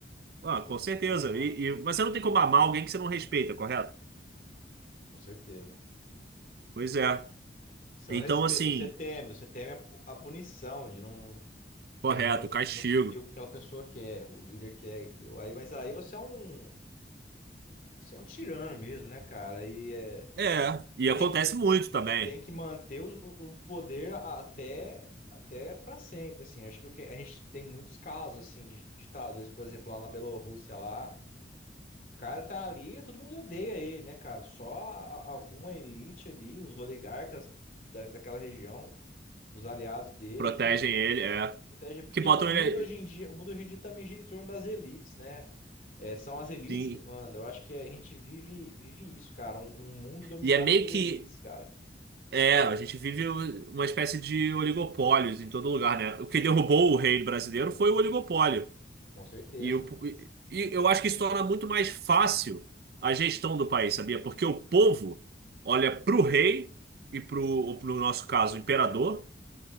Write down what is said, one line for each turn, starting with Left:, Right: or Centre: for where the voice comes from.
Right: Ah, com
Left: Pô,
Right: certeza.
Left: ser amado.
Right: E, e- Mas você não tem como amar alguém que você não respeita, correto?
Left: Com certeza.
Right: Pois é.
Left: Você
Right: Então,
Left: não respeita,
Right: assim,
Left: você teme, você teme a, pu- a punição de não,
Right: correto,
Left: de não,
Right: castigo.
Left: não seguir o que aquela pessoa quer, o líder quer, entendeu? Aí, mas aí você é um, você é um tirano mesmo, né, cara? E é,
Right: É. E acontece
Left: tem que,
Right: muito também.
Left: tem que manter o, o o poder a- até, até para sempre, assim. Acho que, o que a gente tem muitos casos, assim, de ditadores, por exemplo, lá na Bielorrússia, lá, o cara tá ali, todo mundo odeia ele, né, cara? Só a- a- alguma elite ali, os oligarcas da, daquela região, os aliados dele
Right: Protegem
Left: que
Right: ele, é.
Left: O TG, porque
Right: Que botam
Left: o mundo
Right: ele.
Left: hoje em dia, o mundo hoje em dia também gira em torno das elites, né? É, são as elites
Right: Sim.
Left: que mandam. Eu acho que a gente vive, vive isso, cara. Um, um mundo dominado
Right: E é meio
Left: por
Right: que
Left: elites, cara.
Right: É, a gente vive uma espécie de oligopólios em todo lugar, né? O que derrubou o reino brasileiro foi o oligopólio.
Left: Com certeza.
Right: E, o, e e eu acho que isso torna muito mais fácil a gestão do país, sabia? Porque o povo olha pro rei e pro, ou pro nosso caso, imperador,